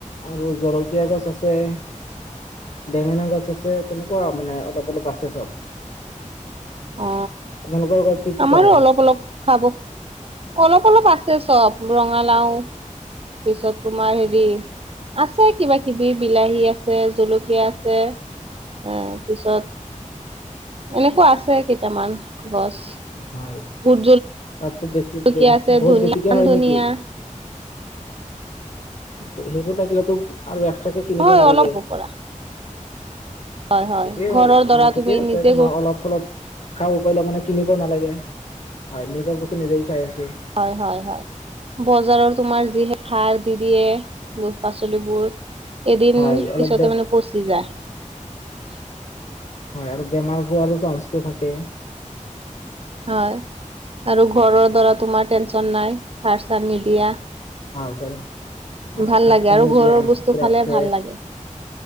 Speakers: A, on the left (about 60°); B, on the right (about 45°).
A: আৰু জলকীয়া গছ আছে বেঙেনা গছ আছে তেনেকুৱা মানে অলপ অলপ আছে চব
B: অ
A: তোমালোকৰ ঘৰত কি কি
B: আমাৰো
A: কৰে
B: অলপ অলপ খাব অলপ অলপ আছে চব ৰঙালাও পিছত তোমাৰ হেৰি আছে কিবা কিবি বিলাহী আছে জলকীয়া আছে এ পিছত এনেকুৱা আছে কেটামান গছ
A: হয়
B: ভোট
A: ত বেছি
B: জলকীয়া আছে
A: বহুত
B: ধনিয়া
A: বেছি কৈ
B: মান
A: হয়
B: ধনিয়া
A: নেকি সেইবোৰ থাকিলেতো আৰু
B: নহয়
A: কিনিব নালাগে
B: অলপ পৰা হয় হয়
A: সেইটোয়ে
B: ঘৰৰ
A: হ
B: দৰা
A: মানে ঠিক
B: তুমি
A: আছে
B: নিজে
A: তোমাৰ অলপ অলপ খাব কলে মানে কিনিব নালাগে হয় নিজৰ বস্তু নিজেেই খাই আাছা
B: হয় হয় হয় বজাৰৰ তোমাৰ যি হে সাৰ দি দিয়ে শাক পাচলিবোৰ এদিন
A: হয়
B: পিছতে
A: অলপ বে
B: মানে পচি যায় <unintelligible>
A: হয় আৰু বে মা হোৱাৰো চান্সটো থাকে
B: হয় আৰু ঘৰৰ দাৰ তোমাৰ টেনচন নাই সাৰ চাৰ নিদিয়া
A: আহ বাৰু হয়
B: ভাল
A: খাৰ
B: লাগে
A: পানী
B: আৰু ঘৰৰ
A: দিয়া
B: বস্তু
A: পুৰা
B: খালে
A: ফ্ৰেছ
B: ভাল লাগে